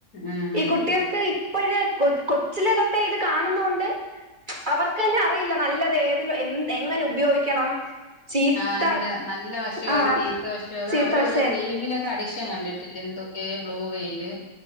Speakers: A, on the left; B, on the right.
A: ആഹ്
B: ഈ കുട്ടികൾക്ക് ഇപ്പഴ് കൊ കൊച്ചിലെ തൊട്ടേ ഇത് കാണുന്നോണ്ട് അവർക്ക് തന്നെ അറിയില്ല നല്ലത് ഏതിലും എന്ത് എങ്ങനെ ഉപയോഗിക്കണം ചീത്ത
A: ആഹ് അതിന്റെ നല്ല വശവേത്
B: ആഹ്
A: ചീത്ത വശവേത്
B: ചീത്ത
A: അവര്
B: വശം
A: ഓരോ
B: ഏത്
A: ഗെയിമിലെ അഡിക്ഷൻ കണ്ടിട്ടില്ലെ എന്തൊക്കെ? ബ്ലൂ വെയില്